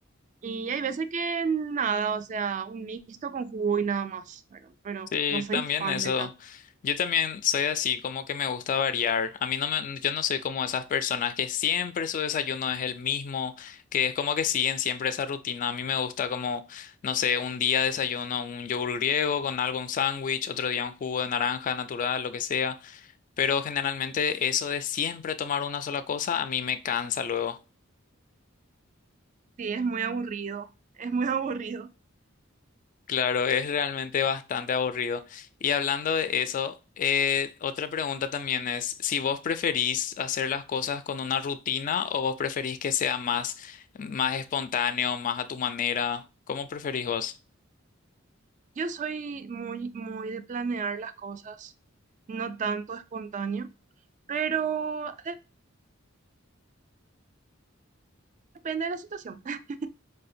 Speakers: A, on the right (about 40°); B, on the left (about 40°).
A: Y hay veces que nada, o sea, un mixto con jugo y nada más, ¿verdad? Pero
B: Sí,
A: no soy
B: también
A: fan
B: eso.
A: del café.
B: Yo también soy así, como que me gusta variar. A mí no me, yo no soy como esas personas que siempre su desayuno es el mismo, que es como que siguen siempre esa rutina. A mí me gusta como, no sé, un día desayuno un yogur griego con algo, un sándwich, otro día un jugo de naranja natural, lo que sea. Pero generalmente eso de siempre tomar una sola cosa, a mí me cansa luego.
A: Sí, es muy aburrido, es muy <laughs> aburrido.
B: Claro, es realmente bastante aburrido. Y hablando de eso, eh, otra pregunta también es si vos preferís hacer las cosas con una rutina o vos preferís que sea más, más espontáneo, más a tu manera. ¿Cómo preferís vos?
A: Yo soy muy, muy de planear las cosas, no tanto espontáneo, pero de- depende de la situación. <laughs>